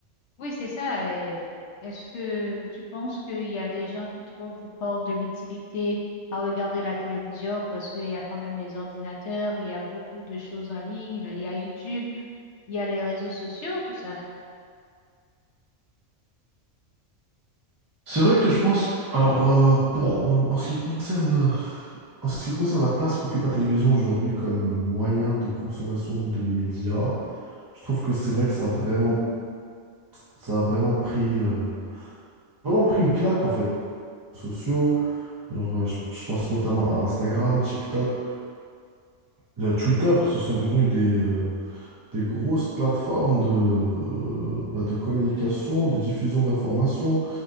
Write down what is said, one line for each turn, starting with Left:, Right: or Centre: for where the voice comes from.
Left: Oui, c'est ça. et Est-ce que tu penses qu'il y a des gens qui trouvent encore de l'utilité à regarder la télévision parce qu'il y a quand même les ordinateurs, il y a beaucoup de choses en ligne, il y a YouTube, il y a les réseaux sociaux, tout ça?
Right: C'est vrai que je pense que- alors euh, pour en ce qui concerne en ce qui concerne la place qu'occupe la télévision aujourd'hui comme moyen de consommation de médias, je trouve que c'est vrai que ça a vraiment ça a vraiment pris euh, vraiment pris une claque en fait, sociaux. Genre, euh, je, je pense notamment à Instagram, TikTok, euh, Twitter, ce sont devenus des, euh, des grosses plateformes de, euh, bah, de communication, de diffusion d'informations,